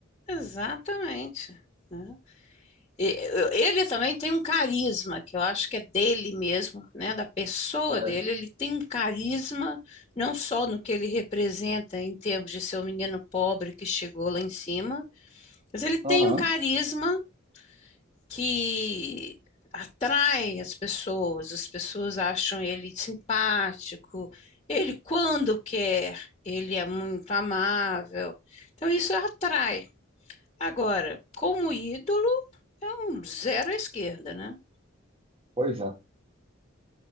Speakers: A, on the left; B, on the right.
A: exatamente. né? E- Ele também tem um carisma, que eu acho que é dele mesmo, né? Da pessoa
B: É.
A: dele. Ele tem um carisma, não só no que ele representa em termos de ser o menino pobre que chegou lá em cima, mas ele tem
B: Aham,
A: um carisma que atrai as pessoas, as pessoas acham ele simpático. Ele, quando quer, ele é muito amável. Então, isso atrai. Agora, como ídolo, é um zero à esquerda, né?
B: pois é.